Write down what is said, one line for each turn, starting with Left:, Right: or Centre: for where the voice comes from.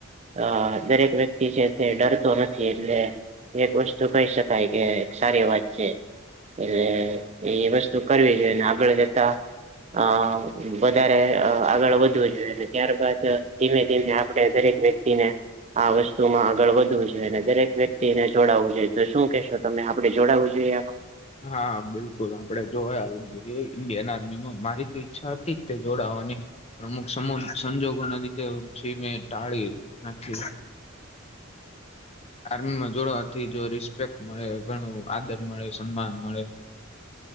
Right: અ દરેક વ્યક્તિ છે તે ડરતો નથી એટલે એક વસ્ તું કહી શકાય કે એક સારી વાત છે. એટલે એ વસ્તુ કરવી જોઈએ ને આગળ જતા અ વધારે આગળ વધવું જોઈએ ને ત્યારબાદ ધીમે ધીમે આપણે દરેક વ્યક્ તિને આ વસ્તુમાં આગળ વધવું જોઈએ. અને દરેક વ્યક્તિને જોડાવું જોઈએ. તો શું કહેશો તમે આપણે જોડાવું જોઈએ આમાં?
Left: હા બિલકુલ આપણે જોડાવું જ જોઈએ ઇન્ડિયન આર્મી માં. મારી તો ઈચ્છા હતી જ તે જોડાવાની પણ અમુક સમ સંજોગોના લીધે પછી મે ટાળી નાખ્યું. આર્મીમાં જોડવાથી જો રિસ્પેક્ટ મળે, ઘણું આદર મળે, સન્માન મળે.